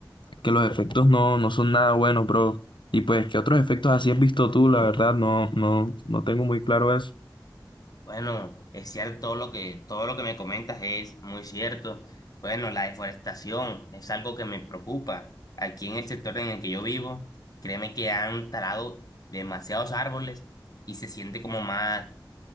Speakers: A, on the left (about 80°); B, on the left (about 50°).
A: que los efectos no, no son nada buenos, bro. Y pues, ¿qué otros efectos así has visto tú? La verdad, no, no, no tengo muy claro eso.
B: Bueno, es cierto todo lo que, todo lo que me comentas es muy cierto. Bueno, la deforestación es algo que me preocupa. Aquí en el sector en el que yo vivo, créeme que han talado demasiados árboles y se siente como más